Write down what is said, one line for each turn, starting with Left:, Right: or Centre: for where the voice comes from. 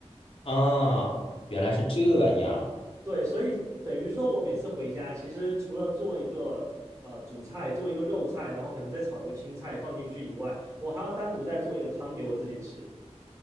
Left: 啊。原来是这样
Right: 对，所以等于说我每次回家，其实除了做一个呃主菜，做一个肉菜，然后可能再炒一个青菜放进去以外，我还要单独再做一个汤给我自己吃。